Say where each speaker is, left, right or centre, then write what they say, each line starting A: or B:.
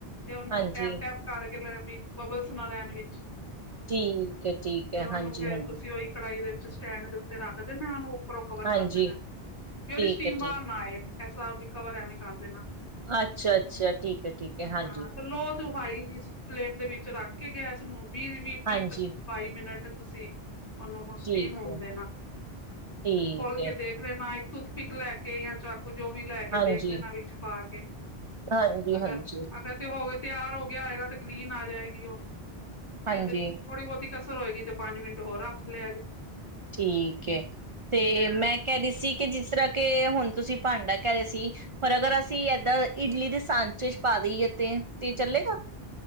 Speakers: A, on the left (about 40°); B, on the right (about 45°).
A: ਤੇ ਉਹਨੂੰ
B: ਹਾਂਜੀ
A: ਟੈਪ ਟੈਪ ਕਰ ਵੀ <unintelligible> ਬਬਲਸ ਨਾ ਰਹਿਣ ਵਿੱਚ
B: ਠੀਕ ਹੈ, ਠੀਕ
A: ਤੇ
B: ਹੈ।
A: ਉਹਨੂੰ
B: ਹਾਂਜੀ,
A: ਫੇਰ
B: ਹਾਂਜੀ।
A: ਤੁਸੀਂ ਉਹੀ ਕੜਾਹੀ ਦੇ ਵਿੱਚ ਸਟੈਂਡ ਦੇ ਉੱਤੇ ਰੱਖਦੇ ਨ ਨੂੰ ਉਹ ਉਪਰੋਂ ਕਵਰ
B: ਹਾਂਜੀ
A: ਕਰਦੇ ਨੇ ਵੀ ਉਹਦੀ ਸਟੀਮ
B: ਹਾਂਜੀ ਠੀਕ ਹੈ
A: ਬਾਹਰ
B: ਠੀਕ
A: ਨਾ ਆਏ। ਐਸਾ ਵੀ ਕਵਰ ਐਵੇਂ ਕਰਦੇ ਨਾ
B: ਅੱਛਾ ਅੱਛਾ ਠੀਕ ਹੈ ਠੀਕ ਹੈ ਹਾਂਜੀ
A: ਹਾਂ ਤੇ ਲੋ ਹਾਈ ਫਲੇਮ ਦੇ ਵਿੱਚ ਚੁਰਾਕ ਕੇ ਗੈਸ ਨੂੰ ਵੀਹ, ਵੀਹ,
B: ਹਾਂਜੀ
A: ਵੀਹ ਬਾਈ ਮਿੰਟ ਤੁਸੀਂ ਉਹਨੂੰ ਉਹ ਸਟੀਮ
B: ਠੀਕ
A: ਹੋਣ
B: ਹੈ
A: ਦੇਣਾ
B: ਠੀਕ
A: ਫਿਰ ਖੋਲ
B: ਹੈ
A: ਕੇ ਦੇਖਦੇ ਨਾ ਇੱਕ ਟੂੱਥਪਿਕ ਲੈ ਕੇ ਜਾਂ ਚਾ ਕੁਝ ਜੋ ਵੀ ਲੈ ਕੇ
B: ਹਾਂਜੀ
A: ਦੇਖ ਲੈਣਾ ਵਿੱਚ ਪਾ ਕੇ।
B: ਹਾਂਜੀ
A: ਅਗਰ,
B: ਹਾਂਜੀ
A: ਅਗਰ ਤੇ ਹੋਵੇ ਤਿਆਰ ਹੋ ਗਿਆ ਹੋਏਗਾ ਤਕਲੀਨ ਆ ਜਾਏ <unintelligible>
B: ਹਾਂਜੀ
A: ਥੋੜੀ ਬਹੁਤੀ ਕਸਰ ਹੋਏਗੀ ਤੇ ਪੰਜ ਮਿੰਟ ਹੋਰ ਰੱਖ ਲਿਆ ਜੇ।
B: ਠੀਕ ਏ ਤੇ
A: ਫੇਰ
B: ਮੈਂ ਕਹਿ ਰਹੀ ਸੀ ਕਿ ਜਿਸ ਤਰ੍ਹਾਂ ਕੇ ਹੁਣ ਤੁਸੀਂ ਭਾਂਡਾ ਕਹਿ ਰਹੇ ਸੀ ਪਰ ਅਗਰ ਅਸੀਂ ਏਦਾਂ ਇਡਲੀ ਦੇ ਸਾਂਚੇ 'ਚ ਪਾ ਦੇਈਏ ਤੇ- ਤੇ ਚੱਲੇਗਾ।